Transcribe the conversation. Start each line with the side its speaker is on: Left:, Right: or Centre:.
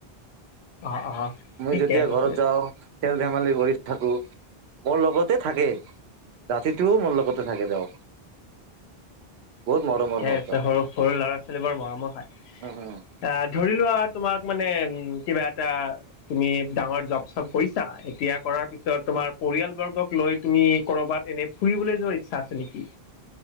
Left: অ অ।
Right: মই
Left: ঠিকে
Right: যেতিয়া ঘৰত
Left: আছে
Right: যাওঁ খেল ধেমালি কৰি থাকো, মোৰ লগতে থাকে। ৰাতিটোও মোৰ লগতে থাকে তেওঁ। বহুত মৰমৰ
Left: কেই
Right: মোৰ
Left: আছে,
Right: তেওঁ
Left: সৰু সৰু ল'ৰা ছোৱালী বৰ মৰমৰ হয়।
Right: উম উম
Left: আহ ধৰি লোৱা তোমাক মানে উ কিবা এটা, তুমি ডাঙৰ জব চব কৰিছা, এতিয়া কৰাৰ পিছত তোমাৰ পৰিয়ালবৰ্গক লৈ তুমি কৰবাত এনে- ফুৰিবলৈ যোৱাৰ ইচ্ছা আছে নেকি?